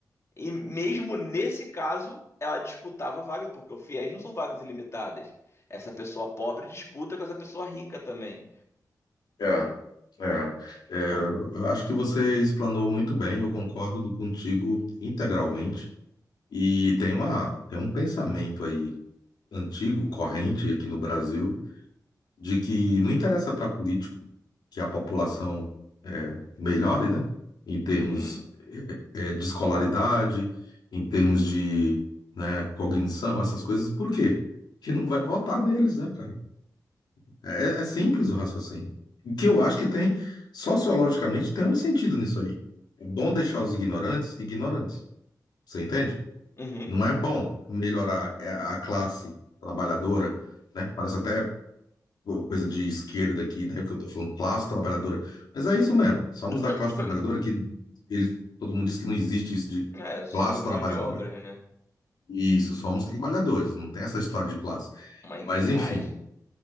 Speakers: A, on the left; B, on the left.
A: E mesmo nesse caso, ela disputava a vaga, porque o FIES não são vagas ilimitadas. Essa pessoa pobre disputa com essa pessoa rica também.
B: É, é, é, eu acho que você explanou muito bem, eu concordo contigo integralmente. E tem uma, tem um pensamento aí antigo, corrente aqui no Brasil, de que não interessa para político que a população é, melhore, né? Em termos
A: Uhum,
B: é, de escolaridade, em termos de, né, cognição, essas coisas. Por quê? Porque não vai votar neles, né, cara? É, é é simples o raciocínio. O que eu acho que tem, sociologicamente, tem um sentido nisso aí. É bom deixar os ignorantes ignorantes. Você entende?
A: uhum.
B: Não é bom melhorar a a classe trabalhadora, né? Parece até coisa de esquerda aqui, né? O que eu tô falando, classe trabalhadora. Mas é isso mesmo. Somos da
A: <clears throat>
B: classe trabalhadora que eles, todo mundo diz que não existe isso de
A: É, somos
B: classe trabalhadora.
A: mão de obra, né?
B: Isso, somos trabalhadores, não tem essa história de classe.
A: Uma engrenagem.
B: Mas enfim.